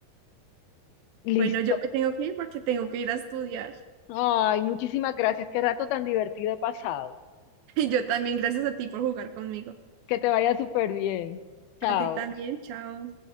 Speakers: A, on the left (about 80°); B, on the right (about 80°).
A: Listo.
B: Bueno, yo me tengo que ir porque tengo que ir a estudiar. <laughs>
A: Ay, muchísimas gracias. Qué rato tan divertido he pasado.
B: Y yo también, gracias a ti por jugar conmigo.
A: Que te vaya súper bien. Chao.
B: A ti también, chao.